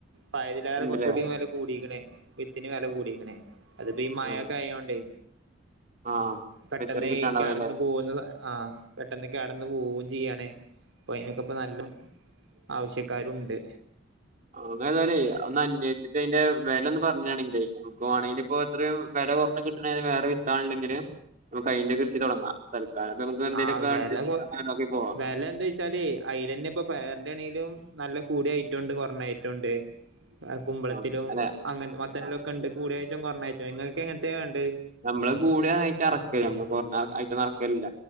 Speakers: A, on the right; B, on the right.
A: പയതിലേറെ
B: ഉണ്ടല്ലേ
A: കുറച്ചുകൂടി വില കൂടിക്ക്ണ് വിത്തിന് വില കൂടിക്ക്ണ് അതിപ്പോ ഈ മഴക്കെ
B: ആ
A: ആയോണ്ടേ
B: ആ
A: പെട്ടെന്ന്
B: റിപ്പയറിങ് കിട്ടാണ്ടാവും
A: ഈ കേടന്ന്
B: അല്ലേ
A: പോകുന്ന ആഹ് പെട്ടെന്ന ക്കെടെന്ന് പോവും ചെയ്യാണ് ഇപ്പോ നല്ലൊആവശ്യക്കാരുംണ്ട്
B: ഇങ്ങൾ ഏതായാലേ ഒന്ന് അന്വേഷിച്ചിട്ട് അതിന്റെ വെല ഒന്ന് പറഞ്ഞാണെങ്കില്ലേ ഞങ്ങക്ക് വാണെങ്കിൽ ഇപ്പൊ എത്രയും വെല കുറഞ്ഞ് കിട്ട്ണേ വേറെ വിത്താൾണ്ടെങ്കിൽ നമുക്ക് അയിന്റെ കൃഷി തൊടങ്ങാം തൽക്കാലംപ്പോ നമക്ക് എന്തേലുമൊക്കെ
A: ആഹ് വെല കൊ
B: ആഡ്നോക്കി പോവാ
A: വെല എന്താച്ചാല് അയിലന്നെ ഇപ്പൊ പയറിന്റെ ആണെങ്കിലും നല്ല കൂടിയ ഐറ്റംണ്ട് കൊറഞ്ഞ ഐറ്റുണ്ട് കുമ്പളത്തിലും
B: ആ അല്ലെ
A: അങ്ങന മത്തനിലും
B: ആ
A: ഒക്കെ ഉണ്ട് കൂടിയായിട്ടും കുറഞ്ഞായിട്ടും നിങ്ങൾക്ക് എങ്ങനത്തെയാ വേണ്ടയെ
B: നമ്മള് കൂടിയ ഐറ്റാ എറക്കൽ നമ്മള് കൊറഞ്ഞാ ഐറ്റൊന്നും എറക്കലില്ല